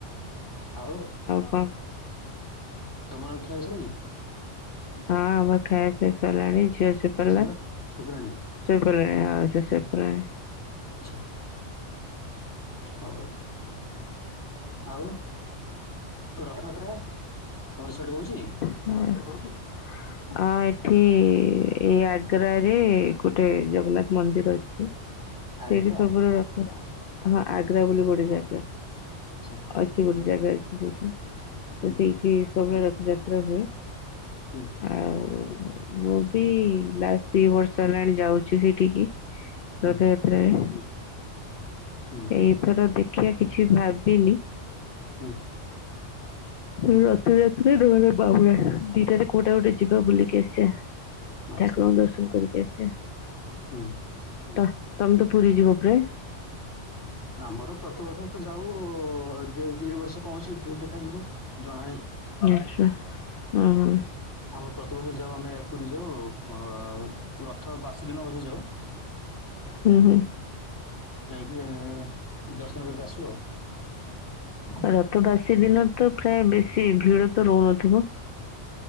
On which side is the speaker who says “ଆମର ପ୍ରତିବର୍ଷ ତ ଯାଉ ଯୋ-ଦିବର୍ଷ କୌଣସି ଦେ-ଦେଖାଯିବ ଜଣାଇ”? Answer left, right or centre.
Left